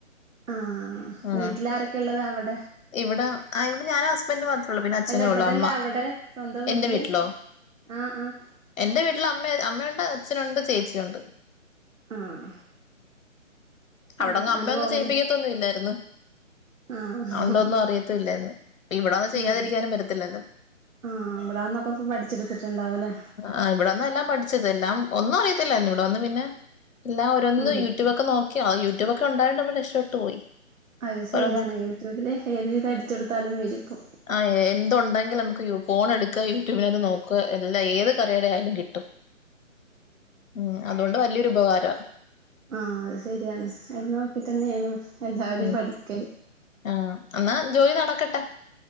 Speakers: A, on the right; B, on the left.
A: ആഹ്
B: ആ
A: വീട്ടിലാരൊക്കെ ഉള്ളത് അവിടെ
B: ഇവിടെ ആ ഇവിടെ ഞാൻ ഹസ്ബൻഡ് മാത്രേ ഉള്ളൂ പിന്നെ അച്ഛനെ
A: അല്ല ഇവിടെല്ല
B: ഉള്ളു അമ്മ
A: അവിടെ സ്വന്തം
B: എന്റെ
A: വീട്ടില്
B: വീട്ടിലോ
A: ആഹ് ആഹ്
B: എന്റെ വീട്ടിൽ അമ്മ അമ്മയുണ്ട് അച്ഛനുണ്ട് ചേച്ചിയുണ്ട്
A: ആഹ് ആഹ്
B: അവിടന്ന് അമ്മയൊന്നും
A: ആണ്ട് പോവല്
B: ചെയ്യിപ്പിക്കത്തൊന്നും ഇല്ലായിരുന്നു
A: ആഹ്
B: പണ്ടൊന്നും അറിയത്തില്ലായിരുന്നു ഇവിട വന്ന് ചെയ്യാതിരിക്കാനും
A: ഉം
B: പറ്റത്തില്ലല്ലോ
A: ആഹ് ഇവിടാന്നൊക്കെ ഇപ്പ പഠിച്ചെടുത്തിട്ടുണ്ടാവുല്ലേ
B: ആ ഇവിടെന്ന എല്ലാം പഠിച്ചത് എല്ലാം ഒന്നും അറിയത്തില്ലാരുന്നു ഇവിടെ വന്ന് പിന്നെ എല്ലാം ഓരോന്ന്
A: ഉം
B: യൂട്യൂബ ക്കെ നോക്കിയാ യൂട്യൂബൊ ഒക്കെ ഉണ്ടായോണ്ട് നമ്മൾ രക്ഷപ്പെട്ട് പോയി
A: അത് ശരിയാണ്
B: ഓരോന്നൊക്കെ
A: യൂട്യൂബില് ഏത് വിധം അടിച്ചൊടുത്താലും വരും ഇപ്പം
B: ആ എന്തുണ്ടെങ്കിലും നമുക്ക് യ ഫോൺ എടുക്ക യൂട്യൂബിനത് നോക്ക എല്ലാ ഏത് കറിയുടെ ആയാലും കിട്ടും ഉം അതുകൊണ്ട് വലിയൊരു ഉപകാര <unintelligible>
A: ആഹ് അത് സരിയാണ് അത് നോക്കിട്ട് തന്നെയാണ് എല്ലാരും
B: ഉം
A: പഠിക്കൽ
B: ആഹ് എന്നാ ജോലി നടക്കട്ടെ